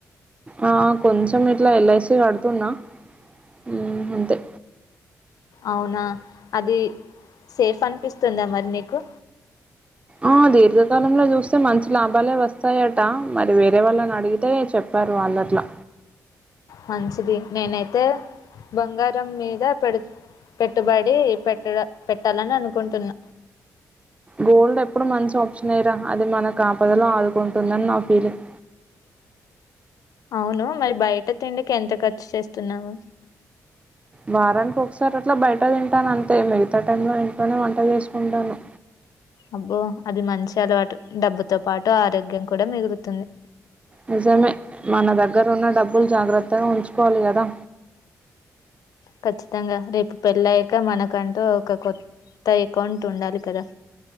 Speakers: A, on the right; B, on the left.
A: ఆ కొంచెం ఇట్లా ఎల్ఐసి కడుతున్నా హ్మ్ అంతే
B: అవున అది సేఫ్ అనిపిస్తుంద మరి నీకు
A: ఆ దీర్ఘకాలంలో చూస్తే మంచి లాభాలే వస్తాయట మరి వేరే వాళ్ళ అడిగితే చెప్పారు వాళ్ళు అట్లా
B: మంచిది నేనైతే బంగారం మీద పెడు పెట్టుబడి పెట్టడం పెట్టాలని అనుకుంటున్నా.
A: గోల్డ్ ఎప్పుడు మంచి ఆప్షన్ నే రా అది మనకు ఆపదలో ఆదుకుంటుందని నా ఫీలింగ్
B: అవును మరి బయట తిండికి ఎంత ఖర్చు చేస్తున్నావో
A: వారానికి ఒకసారి అట్లా బయట తింటాను అంతే మిగత టైంలో ఇంట్లోనే వంట చేసుకుంటాను
B: అబ్బో అది మంచి అలవాటు డబ్బుతో పాటు ఆరోగ్యం కూడా మిగులుతుంది
A: నిజమే మన దగ్గర ఉన్న డబ్బులు జాగ్రత్తగా ఉంచుకోవాలి గదా
B: ఖచ్చితంగా రేపు పెళ్ళయ్యాక మనకంటూ ఒక కొత్త ఏకౌంట్ ఉండాలి కదా